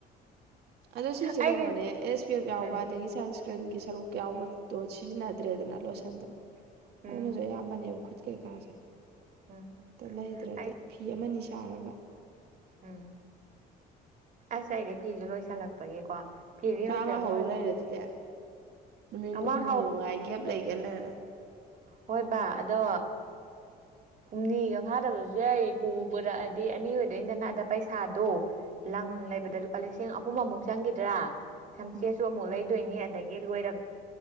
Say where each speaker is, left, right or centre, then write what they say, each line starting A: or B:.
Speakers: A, on the right (about 70°); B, on the right (about 50°).
A: ꯑꯗꯣ ꯁꯤꯁꯦ
B: ꯑꯩꯒꯤ
A: ꯀꯩꯅꯣꯅꯦ ꯑꯦꯁ ꯄꯤ ꯑꯦꯐ
B: ꯀꯔꯤ
A: ꯌꯥꯎꯕ ꯑꯗꯒꯤ ꯁꯟ ꯐ꯭ꯔꯦꯟꯒꯤ ꯁꯔꯨꯛ ꯌꯥꯎꯕꯗꯣ ꯁꯤꯖꯤꯟꯅꯗ꯭ꯔꯦꯗꯅ ꯂꯣꯏꯁꯟꯗꯣ
B: ꯎꯝ
A: ꯑꯗꯨꯅꯁꯨ ꯑꯌꯥꯝꯕꯅꯦꯕ ꯃꯇ ꯀꯥꯁꯦ
B: ꯎꯝ
A: ꯇ ꯂꯩꯗ꯭ꯔꯗꯤ
B: ꯑꯩ
A: ꯐꯤ ꯑꯃꯅꯤ ꯁꯥꯔꯒ
B: ꯎꯝ ꯑꯁ ꯑꯩꯗꯤ ꯐꯤꯁꯨ ꯂꯣꯏꯁꯤꯜꯂꯛꯄꯒꯤꯀꯣ ꯐꯤꯗꯤ
A: ꯆꯥꯝꯃ
B: ꯍꯧꯖꯤꯛ ꯑꯃ
A: ꯍꯧ ꯂꯩꯔꯦ ꯑꯗꯨꯗꯤ ꯅꯨꯃꯤꯠ
B: ꯑꯃ
A: ꯍꯨꯝꯅꯤ ꯋꯥꯏ ꯒꯦꯞ ꯂꯩꯒꯦꯂ
B: ꯍꯣꯏ ꯕꯥ ꯑꯗꯣ ꯍꯨꯝꯅꯤꯒ ꯐꯥꯗꯕꯁꯨ ꯌꯥꯏ ꯄꯨ ꯄꯨꯔꯛꯑꯗꯤ ꯑꯅꯤ ꯑꯣꯏꯗꯣꯏꯗꯅ ꯑꯗ ꯄꯩꯁꯥꯗꯣ ꯂꯪ ꯂꯩꯕꯗ
A: ꯎꯝ
B: ꯂꯨꯄꯥ ꯂꯤꯁꯤꯡ ꯑꯍꯨꯝ ꯑꯃꯨꯛ ꯆꯪꯈꯤꯗ꯭ꯔꯥ ꯁꯝꯆꯦꯁꯨ
A: ꯎꯝ
B: ꯑꯃꯨꯛ ꯂꯩ ꯑꯗꯨꯣꯏꯅꯤ ꯑꯗꯒꯤ ꯂꯣꯏꯔꯛ